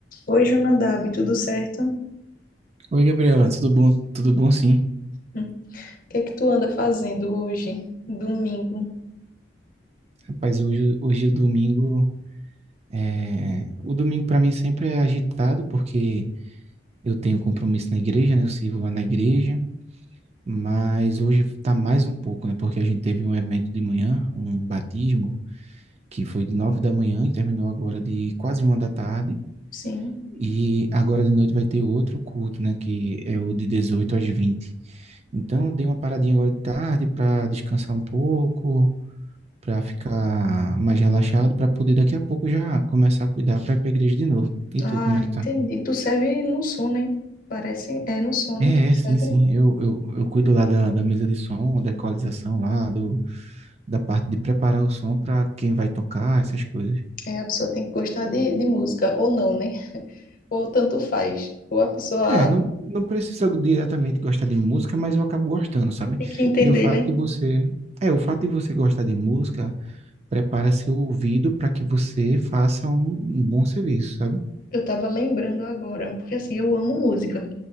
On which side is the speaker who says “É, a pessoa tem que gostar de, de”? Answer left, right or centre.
Left